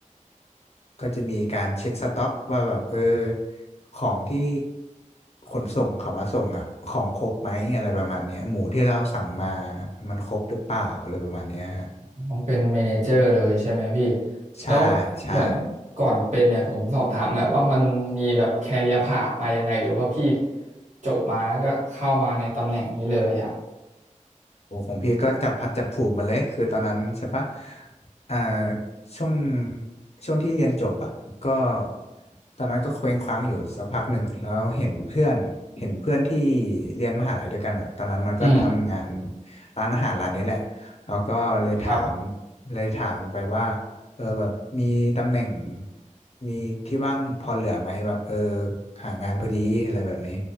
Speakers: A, on the left; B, on the right.
A: ก็จะมีการเช็คสต็อกว่าแบบเออของที่ขนส่งเขามาส่งอ่ะของครบไหมอะไรประมาณเนี้ยหมูที่เราสั่งมามันครบหรือเปล่าอะไรประมาณเนี้ยฮะ
B: มันเป็นเมเนเจอร์เลยใช่ไหมพี่
A: ใช่ใช่
B: แล้วเหมือนก่อนเป็นเนี่ยผมสอบถามหน่อยว่ามันมีแบบแคเรียพาธมายังไงหรือว่าพี่จบมาแล้วก็เข้ามาในตำแหน่งนี้เลยอ่ะ
A: โอ้ของพี่ก็จับพัดจับผูกมาเลยคือตอนนั้นใช่ปะอ่าช่วงช่วงที่เรียนจบอ่ะก็ตอนนั้นก็เคว้งคว้างอยู่สักพักหนึ่งแล้วเห็นเพื่อนเห็นเพื่อนที่เรียนมหาลัยด้วยกันอ่ะตอนนั้นมันก็ทำงาน
B: อืม
A: ร้านอาหารร้านนี้แหละแล้วก็เลยถาม
B: ครับ
A: เลยถามไปว่าเออแบบมีตำแหน่งมีที่ว่างพอเหลือไหมแบบเออหางานพอดีอะไรแบบนี้